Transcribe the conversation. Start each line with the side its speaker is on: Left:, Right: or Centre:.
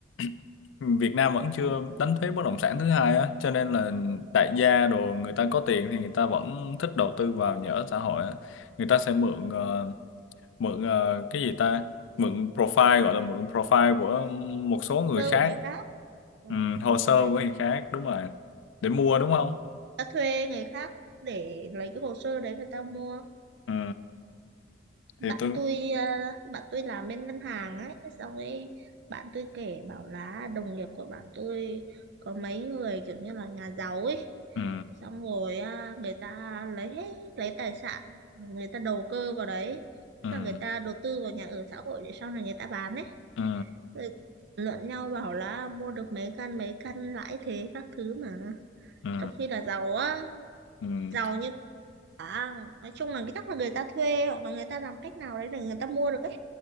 Left: <clears throat> Việt Nam vẫn chưa đánh thuế bất động sản thứ hai á, cho nên là đại gia đồ người ta có tiền thì người ta vẫn thích đầu tư vào nhà ở xã hội á. Người ta sẽ mượn ờ, mượn ờ, cái gì ta? Mượn profile gọi là mượn profile của một số người
Right: Cơ
Left: khác,
Right: của người khác ừ.
Left: ừ, hồ
Right: mình
Left: sơ
Right: sẽ
Left: của người khác đúng rồi. Để mua đúng không?
Right: ta thuê người khác để lấy cái hồ sơ đấy người ta mua
Left: Ừ,
Right: bạn
Left: thì tôi
Right: tôi ờ, bạn tôi làm bên ngân hàng ấy xong ấy bạn tôi kể bảo là đồng nghiệp của bạn tôi có mấy người kiểu như là nhà giàu ấy
Left: ừ,
Right: xong rồi à, người ta lấy lấy tài sản người ta đầu cơ vào đấy
Left: ừ,
Right: tức là người ta đầu tư vào nhà ở xã hội để sau này người ta bán đấy
Left: ừ.
Right: Rồi luận nhau bảo là mua được mấy căn mấy căn lãi thế các thứ mà
Left: ừ
Right: trong khi là giàu á
Left: ừ
Right: giàu như bà nói chung là cái chắc là người ta thuê hoặc là người ta làm cách nào đấy để người ta mua được ấy